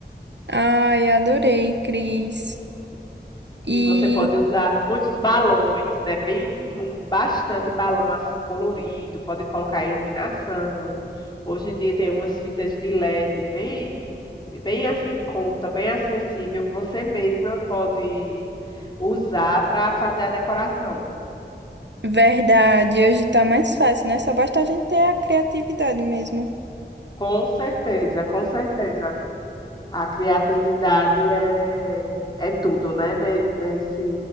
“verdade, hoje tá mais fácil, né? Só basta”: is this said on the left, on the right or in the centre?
Right